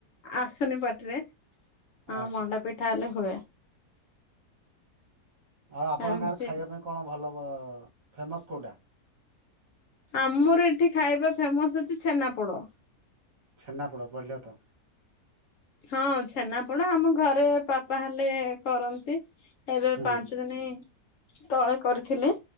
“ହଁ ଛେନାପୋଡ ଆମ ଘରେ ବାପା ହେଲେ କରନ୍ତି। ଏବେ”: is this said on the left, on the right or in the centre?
Left